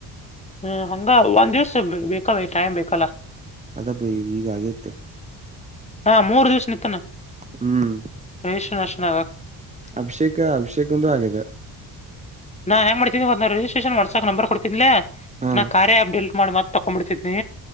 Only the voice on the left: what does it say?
ಹ್ಮ ಹಂಗ ಒಂದ್ ದಿವ್ಸ ಬೇಕಾವ ಟೈಮ್ ಬೇಕಲ್ಲ
ಹಾ ಮೂರು ದಿವ್ಸ ನಿಂತನಾ
ಎಷ್ಟ ನಶನಾಗ
ನಾ ಹೆಂಗ ಮಾಡತೀನಿ ನ ರಜಿಸ್ಟ್ರೇಷನ್ ವಟ್ಆಪ್ ನಂಬರ್ ಕೊಡ್ತಿದನ್ಿ
ನಾ ಕಾರ್ಯಪ್ಡಟ್ ಮಾಡಿ ಮತ್ ತಕೊಂಡ್ ಬಿಿಡ್ತಿದ್ನಿ